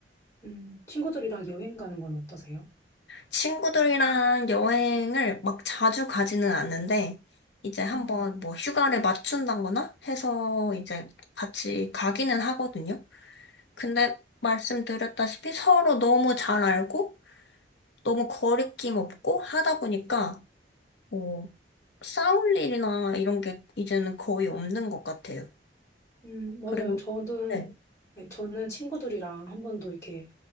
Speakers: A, on the left (about 15°); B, on the left (about 70°).
A: 음, 친구들이랑 여행 가는 건 어떠세요?
B: 친구들이랑 여행을 막 자주 가지는 않는데, 이제 한번
A: 음,
B: 뭐 휴가를 맞춘다거나 해서 이제 같이 가기는 하거든요. 근데 말씀드렸다시피 서로 너무 잘 알고 너무 거리낌 없고 하다 보니까 뭐 싸울 일이나 이런 게 이제는 거의 없는 것 같아요.
A: 음, 맞아요.
B: 그리고
A: 저는
B: 네.
A: 네, 저는 친구들이랑 한 번도 이렇게